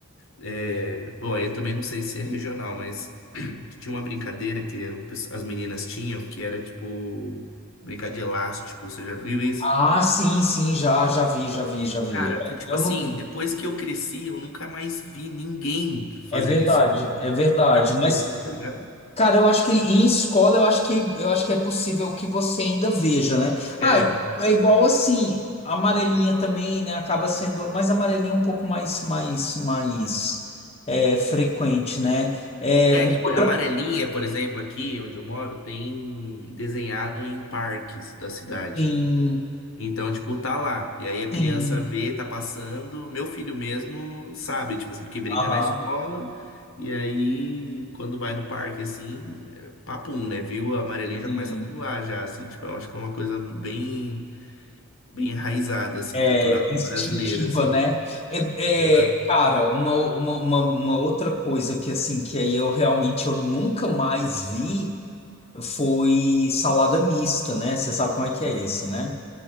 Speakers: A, on the left; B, on the left.
A: É, Bom, aí eu também não sei se é regional, mas <clears throat> tinha uma brincadeira que o pessoa- as meninas tinham que era tipo brincar de elástico, você já viu isso?
B: Ah, sim, sim, já, já vi, já vi, já vi.
A: Cara,
B: É,
A: foi tipo
B: Eu
A: assim,
B: não...
A: depois que eu cresci, eu nunca mais vi ninguém fazendo
B: É verdade,
A: isso.
B: é verdade.
A: Na rua,
B: Mas,
A: assim, tá ligado?
B: cara, eu acho que em escola eu acho que eu acho que é possível que você ainda veja, né?
A: É.
B: Ah, é igual assim, a amarelinha também, né? Acaba sendo, mas a amarelinha é um pouco mais, mais, mais é, frequente, né? É
A: É,
B: um
A: tipo,
B: outra.
A: a amarelinha, por exemplo, aqui onde eu moro, tem desenhado em parques da cidade.
B: Sim,
A: Então, tipo, tá lá. E aí a
B: sim.
A: criança vê, tá passando. Meu filho mesmo sabe, tipo assim, porque brinca
B: Aham,
A: na escola. E aí, quando vai no parque, assim, é papum, né? Viu a amarelinha já
B: sim.
A: começa a pular, já, assim. Tipo, eu acho que é uma coisa bem. bem enraizada, assim,
B: É,
A: cultural
B: instintiva,
A: brasileira, assim.
B: né? É,
A: Exato.
B: é, cara, uma, uma, uma, uma outra coisa que assim, que aí eu realmente eu nunca mais vi foi salada mista, né? Você sabe como é que é esse, né?